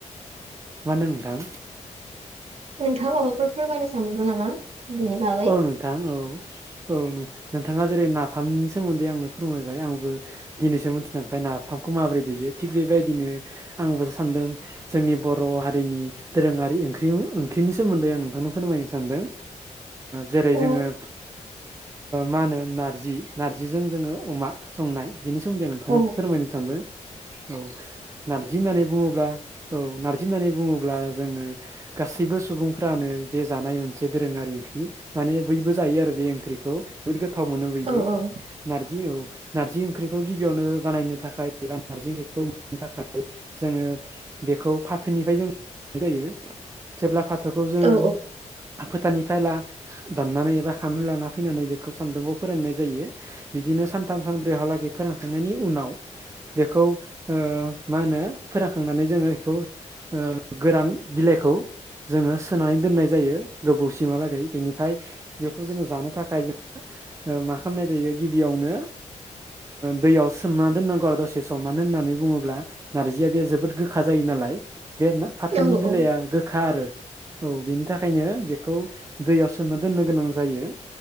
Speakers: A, on the right (about 25°); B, on the right (about 55°).
A: मा होनदों नोंथां
B: नोंथाङा माबाफोर फोरमायनो सानबावदों नामा बिनि बागै
A: औ नोंथां औ औ नोंथाङा जेरै नाफामनि सोमोन्दै आंनो फोरमायबाय आंबो दिनैसो मोनथिदों ओफ्राय नाफामखौ माबोरै दैयो थिग बेबायदिनो आंबोसो सानदों जोंनि बर' हारिनि दोरोङारि ओंख्रि ओंख्रिनि सोमोन्दै आं नोंथांनो फोरमायनो सानदों जेरै
B: औ
A: जोङो मा होनो नारजि नार्जिजों जोङो अमा संनाय बेनि सोमोन्दै आं नोंथांनो
B: औ
A: फोरमायनो सानबाय औ नारजि होननानै बुङोब्ला औ नारजि होननानै बुङोब्ला जोङो गासैबो सुबुंफ्रानो बे जानाय मोनसे दोरोङारि ओंख्रि माने बयबो जायो आरो बे ओंख्रिखौ जोबोद गोथाव मोनो बयबो।
B: औ औ
A: नारजि औ नारजि ओंख्रिखौ गिबियावनो बानायनो थाखाय एबा नार्जि ओंख्रिखौ मोननो थाखाय जोङो बेखौ फाथोनिफ्राय जों मोननाय जायो। जेब्ला फाथोखौ जोङो
B: औ
A: फोथारनिफ्रायला दाननानै एबा खानानै लाना फैनानै बेखौ सान्दुंआव फोराननाय जायो। बिदिनो सानथाम सानब्रैहालागै फोरानखांनायनि उनाव बेखौ ओ मा होनो फोरानखांनानै जोङो बेखौ ओ गोरान बिलाइखौ जोङो सोनानै दोननाय जायो गोबौसिमहालागै। बिनिफ्राय बेखौ जोङो जानो थाखाय जों मा खालामनाय जायो गिबियावनो दैयाव सोमना दोननांगौ आरो दसे सम मानो होननानै बुङोब्ला नारजिया बे जोबोद गोखा जायो नालाय बे फाथोनि
B: औ
A: बिलाइआ
B: औ
A: गोखा आरो औ बेनि थाखायनो बेखौ दैयाव सोमना दोननो गोनां जायो।